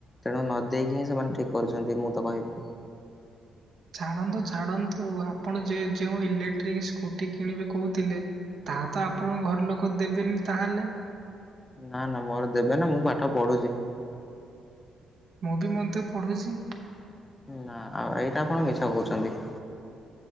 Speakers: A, on the left; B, on the right.
A: ତେଣୁ ନ ଦେଇେଇକି ହିଁ ସେମାନେ ଠିକ କରୁଛନ୍ତି ମୁଁ ତ କହିବି।
B: ଛାଡ଼ନ୍ତୁ, ଛାଡ଼ନ୍ତୁ ଆପଣ ଯେ ଯେଉଁ ଇଲେକ୍ଟ୍ରିକ ସ୍କୁଟି କିଣିବେ କଉଥିଲେ ତାହା ତ ଆପଣଙ୍କ ଘର ଲୋକ ଦେବେନି ତାହେଲେ?
A: ନା, ନା ମୋର ଦେବେ ନା ମୁଁ ପାଠ ପଢୁଚି।
B: ମୁଁ ବି ମଧ୍ୟ ପଢ଼ୁଛି।
A: ନା ଆଉ ଏଇଟା ଆପଣ ମିଛ କହୁଛନ୍ତି।